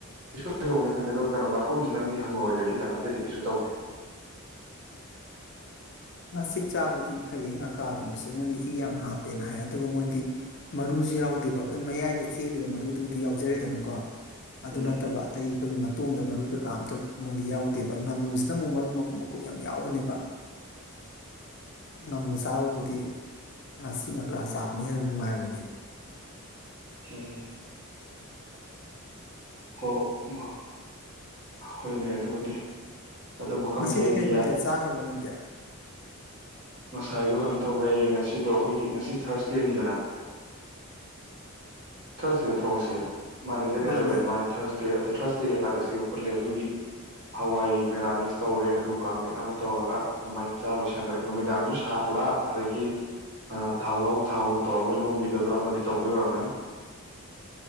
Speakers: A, on the right (about 55°); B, on the left (about 50°).
A: ꯀꯩꯁꯨ ꯀꯩꯗꯅꯤ ꯈꯟꯗꯦ ꯀꯩꯅꯣ ꯄꯔꯨꯝꯁꯤꯗꯪꯗꯤ ꯍꯪꯒꯣꯏꯔꯦ ꯈꯤꯇꯪ ꯑꯇꯩꯗꯤ ꯀꯩꯁꯨ ꯇꯧꯗꯦ
B: ꯉꯥꯆꯤꯛ ꯆꯥꯕꯗꯤ ꯐꯩꯌꯦ ꯉꯥꯀ꯭ꯔꯥꯒꯨꯝꯕꯁꯦ ꯃꯣꯏꯗꯤ ꯏ ꯌꯥꯝ ꯍꯥꯞꯄꯦꯅ ꯍꯥꯏ ꯑꯗꯨꯒ ꯃꯣꯏꯗꯤ ꯃꯔꯨꯁꯨ ꯌꯥꯎꯗꯦꯕ ꯑꯩꯈꯣꯏ ꯃꯌꯥꯏꯗ ꯆꯦꯜꯂꯤꯕ ꯃꯔꯨꯗꯨꯕꯨꯗꯤ ꯌꯥꯎꯖꯔꯦꯗꯅꯀꯣ ꯑꯗꯨ
A: ꯎꯝ
B: ꯅꯠꯇꯕ ꯑꯇꯩ ꯑꯩꯈꯣꯏꯒꯤ ꯃꯇꯣꯡꯗ ꯃꯔꯨ ꯀꯩꯀꯥ ꯑꯃꯝꯇ ꯃꯣꯏꯗꯤ ꯌꯥꯎꯗꯦꯕ ꯉꯥꯃꯨꯁꯤꯅ ꯑꯃꯨꯛ ꯃꯔꯨ ꯃꯀꯨꯞ ꯃꯀꯨꯞ ꯌꯥꯝ ꯌꯥꯎꯕꯅꯦꯕ ꯉꯥꯃꯨ ꯆꯥꯕꯕꯨꯗꯤ ꯉꯥꯆꯤꯛ ꯉꯥꯀ꯭ꯔꯥ ꯆꯥꯕꯅ ꯍꯦꯟꯅ ꯅꯨꯡꯉꯥꯏꯕꯅꯤ
A: ꯎꯝ ꯑꯣ ꯎꯨꯃꯥ ꯑꯥ ꯍꯣꯏꯅꯦ ꯑꯗꯨꯕꯨꯗꯤ ꯑꯗꯨꯕꯨ ꯈꯪꯗꯦ
B: ꯉꯁꯤꯗꯤ
A: ꯑꯩꯗꯤ
B: ꯀꯩ ꯃꯊꯦꯜ ꯆꯥꯒ꯭ꯔꯕ ꯅꯪꯗꯤ
A: ꯉꯁꯥꯏꯗꯣ ꯀꯩꯅꯣ ꯇꯧꯔꯦ ꯉꯁꯤꯗꯣ ꯑꯩꯈꯣꯏꯒꯤ ꯉꯁꯤ ꯊꯥꯔꯁꯗꯦꯅꯤꯗꯅ ꯊꯔꯁꯗꯦ ꯅꯠꯇ꯭ꯔꯣ ꯉꯁꯤ ꯃꯥꯅꯤ ꯗꯦꯠ
B: ꯃꯥꯅꯦ
A: ꯑꯦꯂꯚꯦꯟ ꯃꯥꯅꯤ ꯊꯔꯁꯗꯦ ꯑꯗꯨ ꯊꯥꯔꯁ ꯗꯦ ꯀꯩꯀꯥꯗ ꯁꯤ ꯎꯠꯂꯦ ꯑꯗꯨꯒꯤ ꯍꯋꯥꯏ ꯃꯦꯔꯥꯃꯦꯁ ꯇꯧꯔꯦ ꯑꯂꯨ ꯀꯥꯡꯃꯦꯟ ꯑꯃ ꯇꯧꯔꯒ ꯑꯗꯨꯃꯥꯏꯅ ꯆꯥ ꯂꯣꯏꯁꯤꯟꯈꯔꯦ ꯅꯨꯃꯤꯗꯥꯡꯁꯨ ꯁꯥꯛꯂ ꯑꯗꯒꯤ ꯑ ꯊꯥꯎꯂꯧꯎ ꯊꯥꯎ ꯇꯧꯔꯒ ꯂꯣꯟꯕꯤ ꯇꯗꯔ ꯑꯃꯗꯤ ꯇꯧꯗ ꯑꯣꯏꯔꯝꯒꯅꯤ